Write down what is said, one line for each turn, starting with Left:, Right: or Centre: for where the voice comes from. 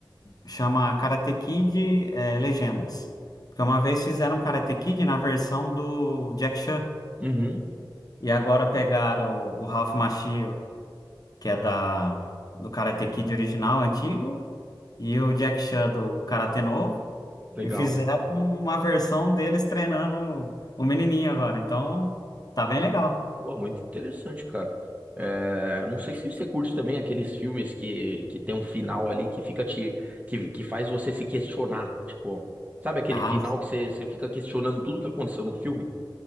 Left: Chama Karate Kid, é, Legendas. Porque uma vez fizeram um Karate Kid na versão do Jack Chan.
Right: Uhum.
Left: E agora pegaram o Ralph Macchio, que é da, do Karate Kid original, antigo, e o Jack Chan do Karate novo,
Right: Legal.
Left: e fizeram uma versão deles treinando o menininho agora. Então, tá bem legal.
Right: Pô, muito interessante, cara. É, não sei se você curte também aqueles filmes que, que tem um final ali que fica te. Que, que faz você se questionar. Tipo, sabe aquele
Left: Ah,
Right: final que você, você fica questionando tudo que aconteceu no filme?